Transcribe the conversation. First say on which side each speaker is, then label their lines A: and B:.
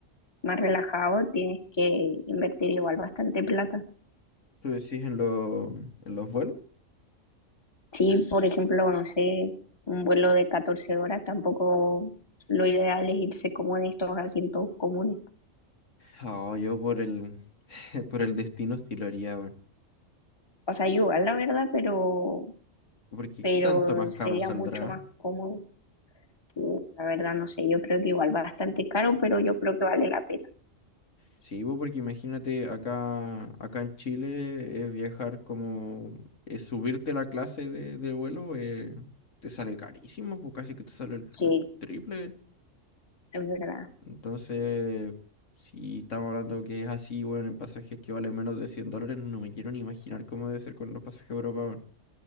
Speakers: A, on the left; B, on the left.
A: más relajados tienes que invertir igual bastante plata.
B: ¿Tú decís en, lo- en los vuelos?
A: Sí, por ejemplo, no sé, un vuelo de 14 horas tampoco lo ideal es irse como en estos asientos comunes.
B: Ah, yo por el, <laughs> por el destino sí lo haría, weón.
A: O sea, igual la verdad, pero,
B: Porque
A: pero
B: ¿qué tanto más
A: sería
B: caro saldrá?
A: mucho más cómodo. Yo, La verdad, no sé, yo creo que igual bastante caro, pero yo creo que vale la pena.
B: Sí, bo, porque imagínate acá, acá en Chile eh, viajar como eh, subirte la clase de, de vuelo eh, te sale carísimo, pues casi que te sale el,
A: Sí,
B: el triple.
A: es verdad,
B: Entonces, si estamos hablando que es así, bueno, en pasajes que valen menos de 100 dólares, no me quiero ni imaginar cómo debe ser con los pasajes a Europa,